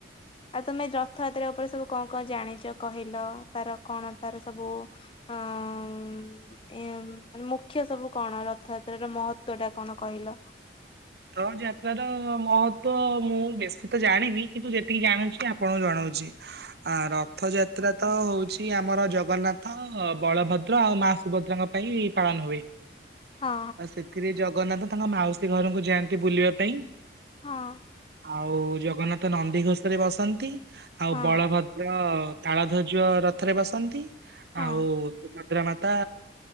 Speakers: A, on the left (about 30°); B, on the right (about 60°).
A: ଆଉ ତମେ ରଥଯାତ୍ରା ଉପରେ ସବୁ କଣ କଣ ଜାଣିଛ କହିଲ ତାର କଣ ତାର ସବୁ ହଁ ଉଁ ଏ ମ ମୁଖ୍ୟ ସବୁ କଣ ରଥଯାତ୍ରାର ମହତ୍ଵ ଟା କଣ କହିଲ
B: ରଥ ଯାତ୍ରାର ମହତ୍ଵ ମୁଁ ବେଶୀ ତ ଜାଣିନି କିନ୍ତୁ ଯେତିକି ଜାଣୁଛି ଆପଣଙ୍କୁ ଜଣଉଛି
A: <inaudible>
B: ଆ ରଥଯାତ୍ରା ତ ହଉଛି ଆମର ଜଗନ୍ନାଥ ବଳଭଦ୍ର ଆଉ ମା ସୁଭଦ୍ରାଙ୍କ ପାଇଁ ପାଳନ ହୁଏ।
A: ହଁ
B: ଆଉ ସେଥିରେ ଜଗନ୍ନାଥ ତାଙ୍କ ମାଉସୀ ଘରକୁ ଯାଆନ୍ତି ବୁଲିବା ପାଇଁ।
A: ହଁ।
B: ଆଉ ଜଗନ୍ନାଥ ନନ୍ଦିଘୋଷରେ ବସନ୍ତି ଆଉ
A: ହଁ
B: ବଳଭଦ୍ର ତାଳ ଧ୍ବଜ ରଥରେ ବସନ୍ତି
A: ହଁ।
B: ଆଉ ସୁଭଦ୍ରା ମାତା